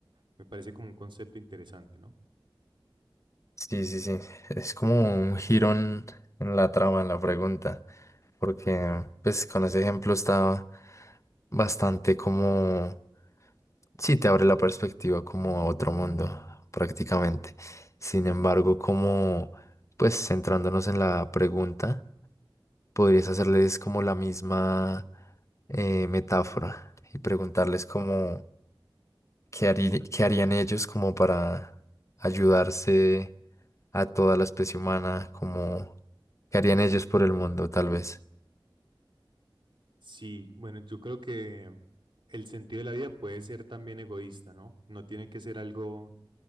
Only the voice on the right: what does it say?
me parece como un concepto interesante, ¿no?
Sí, bueno, yo creo que el sentido de la vida puede ser también egoísta, ¿no? No tiene que ser algo